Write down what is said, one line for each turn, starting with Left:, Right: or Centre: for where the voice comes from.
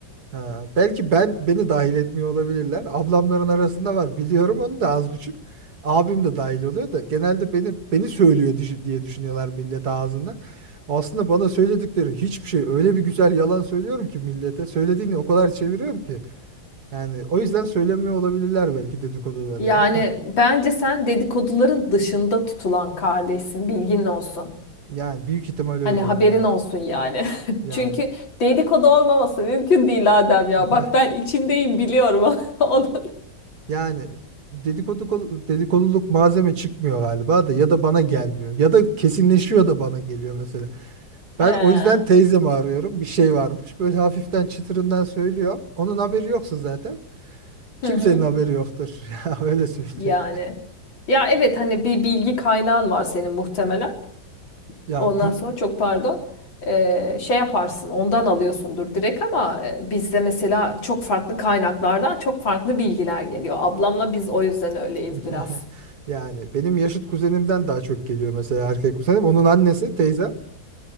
Right: Ha, belki ben beni dahil etmiyor olabilirler. Ablamların arasında var biliyorum onu da az buçuk. Abim de dahil oluyor da genelde beni beni söylüyor dişi- diye düşünüyorlar millet ağzında. Aslında bana söyledikleri hiçbir şey öyle bir güzel yalan söylüyorum ki millete. Söylediğini o kadar çeviriyorum ki. Yani o yüzden söylemiyor olabilirler belki dedikoduları
Left: Yani
Right: ya.
Left: bence sen dedikoduların dışında tutulan kardeşsin, bilgin olsun.
Right: Yani büyük ihtimal öyleyim
Left: Hani haberin
Right: ya.
Left: olsun yani. <laughs>
Right: Yani
Left: Çünkü dedikodu olmaması mümkün değil Adem ya.
Right: <laughs>
Left: Bak
Right: ya-
Left: ben içindeyim biliyorum <laughs> onun.
Right: yani dedikodu kol- dedikoduluk malzeme çıkmıyor galiba da ya da bana gelmiyor ya da kesinleşiyor da bana geliyor mesela.
Left: He.
Right: Ben
Left: Hı
Right: o yüzden teyzemi arıyorum. Bir şey varmış. Böyle hafiften çıtırından söylüyor. Onun haberi yoksa zaten kimsenin
Left: hı.
Right: haberi yoktur. <laughs> Ya öyle söyleyeyim.
Left: Yani. Ya evet hani bir bilgi kaynağın var senin muhtemelen.
Right: Yani
Left: Ondan
Right: ku-
Left: sonra çok pardon. Ee, şey yaparsın ondan alıyorsundur direkt ama e, bizde mesela çok farklı kaynaklardan çok farklı bilgiler geliyor. Ablamla biz o yüzden öyleyiz
Right: <laughs>
Left: biraz.
Right: yani benim yaşıt kuzenimden daha çok geliyor mesela erkek kuzenim. Onun annesi teyzem.